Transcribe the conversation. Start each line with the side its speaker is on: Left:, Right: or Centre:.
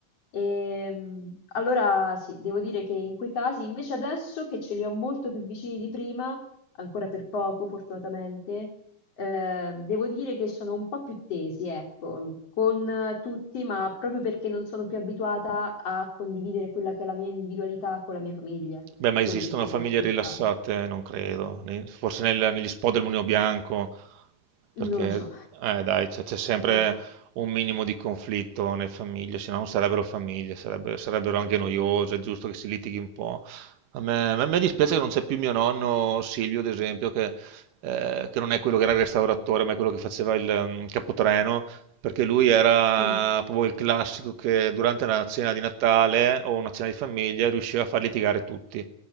Left: Ehm, allora sì, devo dire che in quei casi, invece adesso che ce li ho molto più vicini di prima, ancora per poco fortunatamente, eh, devo dire che sono un po' più tesi, ecco, con eh, tutti, ma proprio perché non sono più abituata a condividere quella che è la mia individualità con la mia famiglia. È
Right: Beh, ma
Left: quello
Right: esistono
Left: il problema
Right: famiglie
Left: principale.
Right: rilassate? Non credo. Ne- Forse nel- negli spot del Mulino Bianco, perché,
Left: Non lo so,
Right: eh, dai, c'è c'è sempre
Left: non lo so.
Right: un minimo di conflitto nelle famiglie, se no non sarebbero famiglie, sarebbe- sarebbero anche noiose, è giusto che si litighi un po'. A me, a me dispiace che non c'è più mio nonno Silvio, ad esempio, che, eh, che non è quello che era il restauratore, ma è quello che faceva il mm, capotreno perché lui era
Left: Mm.
Right: proprio il classico che durante una cena di Natale o una cena di famiglia riusciva a far litigare tutti.